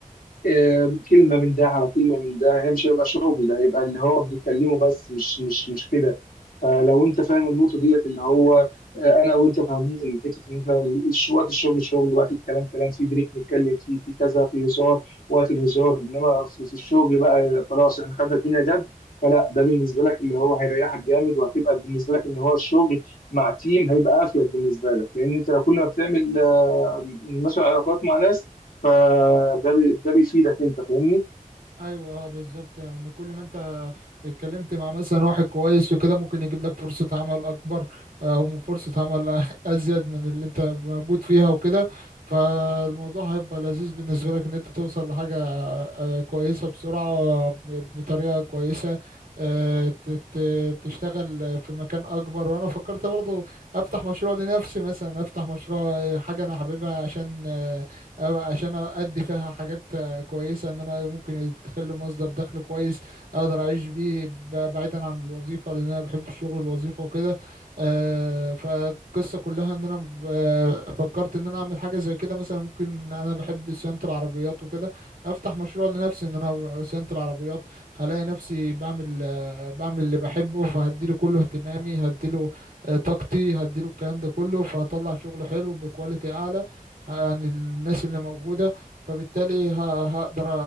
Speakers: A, on the left; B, on the right.
A: آه، كلمة من ده على كلمة من ده هي مش هيبقى شغل ده هيبقى اللي هو بتتكلمه بس مش مش مش كده فلو انت فاهم النقطة ديت اللي هو آه، انا وانت فاهمين ان حتة ان انت الش- وقت الشغل شغل وقت الكلام كلام في بريك نتكلم فيه في كذا في هزار وقت الهزار انما في في الشغل بقى خلاص احنا خدنا الدنيا جد فلا ده بالنسبة لك اللي هو هيريحك جامد وهتبقى بالنسبة لك ان هو الشغل مع تيم هيبقى افيد بالنسبة لك لان انت لو كل ما بتعمل آه، مثلا علاقات مع ناس فده بي- ده بيفيدك انت فاهمني
B: ايوه اه بالظبط يعني كل ما انت اتكلمت مع مثلا واحد كويس وكده ممكن يجيب لك فرصة عمل اكبر او فرصة عمل أ- ازيد من اللي انت موجود فيها وكده فالموضوع هيبقى لذيذ بالنسبة لك ان انت توصل لحاجة آه، آه، كويسة بسرعة ب- بطريقة كويسة آه، ت- ت- تشتغل في مكان اكبر وانا فكرت برضو افتح مشروع لنفسي مثلا افتح مشروع آه، حاجة انا حاببها عشان آه، أو عشان ادي فيها حاجات كويسة ان انا ممكن يدخل لي مصدر دخل كويس اقدر اعيش بيه ب- بعيدا عن الوظيفة لان انا بحب الشغل الوظيفة وكده آه، فالقصة كلها ان انا ب- آه، فكرت ان انا اعمل حاجة زي كده مثلا ممكن انا بحب صيانة العربيات وكده افتح مشروع لنفسي ان انا صيانة العربيات هلاقي نفسي بعمل آه، بعمل اللي بحبه فهديله كله اهتمامي هديله آه، طاقتي هديله الكلام ده كله فهطلع شغل حلو بكواليتي اعلى عن الناس اللي موجودة فبالتالي ه- هقدر